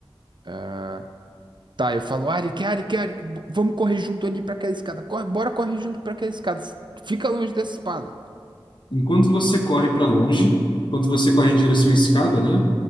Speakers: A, on the right (about 55°); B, on the left (about 55°).
A: Ah, Tá, eu falo, Arik, Arik, Arik, bo- vamos correr junto ali pra aquela escada. Corre, bora correr junto pra aquela escada. S- Fica longe dessa espada.
B: Enquanto você corre para longe, enquanto você corre em direção à escada, né?